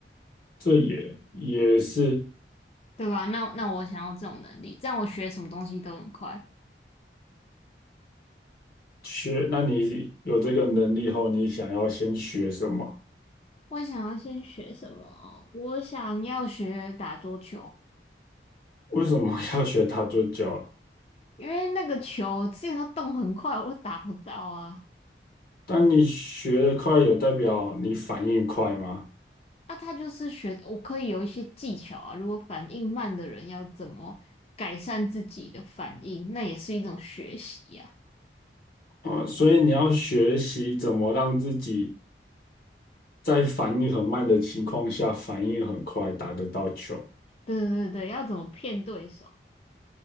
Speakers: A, on the left; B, on the left.
A: 这也也是
B: 对吧？那那我想要这种能力，这样我学什么东西都很快。
A: 学。那你有这个能力后，你想要先学什么？
B: 我想要先学什么啊我想要学打桌球，
A: 为什么要学打桌球？
B: 因为那个球之前都动很快，我都打不到啊。
A: 但你学得快，有代表你反应快吗？
B: 啊，他就是学，我可以有一些技巧啊。如果反应慢的人要怎么改善自己的反应，那也是一种学习呀、
A: 嗯，所以你要学习怎么让自己在反应很慢的情况下，反应很快，打得到球。
B: 对对对对，要怎么骗对手？